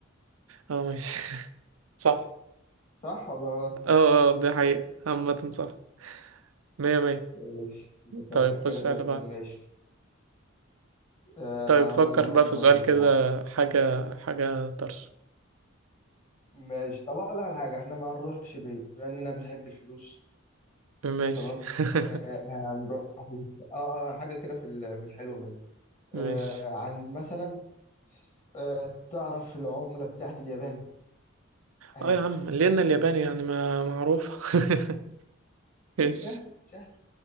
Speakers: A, on the right (about 90°); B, on the left (about 35°).
A: اه ماشي <laughs> صح
B: صح ولا غلط؟
A: اه اه ده حقيقة عامة صح مية مية
B: ماشي كده
A: طيب خش
B: كده تمام
A: على اللي بعد
B: ماشي أه
A: طيب فكر
B: هقول لك
A: بقى
B: أما
A: في سؤال
B: اللي
A: كده
B: بعده.
A: حاجة حاجة طرش
B: ماشي طب أقول لك على حاجة إحنا ما هنروحش بعيد بما إننا بنحب الفلوس
A: ماشي
B: تمام
A: <laughs>
B: أه هنروح أه آه، حاجة كده في ال- في الحلو منه أه
A: ماشي
B: عن مثلا أه تعرف العملة بتاعت اليابان أهي
A: اه يا عم لأن الياباني يعني ما معروفة <laughs> ماشي
B: سهل سهل